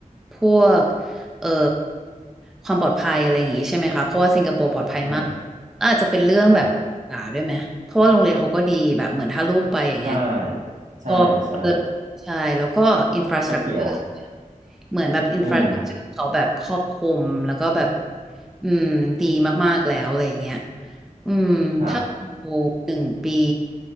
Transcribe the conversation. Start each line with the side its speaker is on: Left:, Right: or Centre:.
Centre: พวกเอ่อความปลอดภัยอะไรอย่างงี้ใช่ไหมคะ เพราะว่าสิงคโปร์ปลอดภัยมาก
Right: ฮะ
Centre: อาจจะเป็นเรื่องแบบสาวด้วยไหมเพราะว่าโรงเรียนเขาก็ดีแบบเหมือนถ้าลูกไปอย่างเงี้ย
Right: ครับใช่ใช่ใช่
Centre: ก็เลิศใช่แล้วก็อินฟราสตรักเจอร์
Right: ก็เกี่ยว
Centre: เหมือนแบบอินฟราสตรักเจอร์เขาแบบครอบคลุมแล้วก็แบบ
Right: อืม
Centre: อืมดีมากๆแล้วอะไรอย่างเงี้ยอืมถ้าเป็นโบหนึ่งปี
Right: ครับ